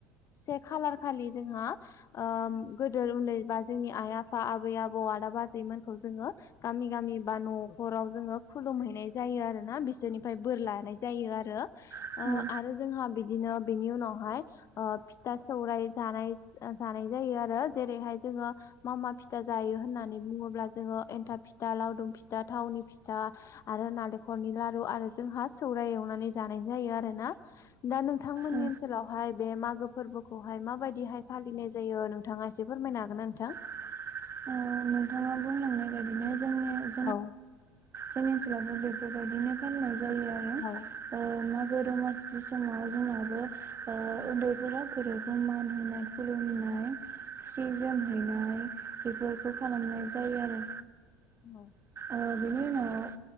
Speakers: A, on the left; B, on the right.
A: से खालार खालि जोंहा ओ गोदो उन्दै बा जोंनि आइ आफा आबै आबौ आदा आजैमोनखौ जोङो गामि गामि बा न'खराव जोङो खुलुमहैनाय जायो आरो ना बिसोरनिफ्राय बोर लानाय जायो आरो
B: औ
A: ओ आरो जोंहा बिदिनो बिनि उनावहाय ओ फिथा सौराय जानाय जानाय जायो आरो जेरैहाय जोङो मा मा फिथा जायो होननानै बुंङोब्ला जोङो एन्था फिथा लावदुम फिथा थावनि फि था आरो नारेंखलनि लारु आरो जोंहा सौराय एवनानै जानाय जायो आरो ना। दा नोंथांमोननि
B: औ
A: ओनसोलाव हाय बे मागो फोरबोखौहाय माबायदिहाय फालिनाय जायो नोंथाङा एसे फोरमायनो हागोन ना नोंथां?
B: ओ नोंथाङा बुंलांनाय बायदिनो जोंनि
A: औ।
B: बे ओनसलावबो बेफोरबायदिनो फालिनाय जायो आरो।
A: औ।
B: ओ मागो दमासि समाव जोंनाबो ओ उन्दैफोरा गेदेरखौ मान होनाय खुलुमनाय सि जोम हैनाय बेफोरखौ खालामनाय जायो आरो।
A: औ।
B: ओ बिनि उनाव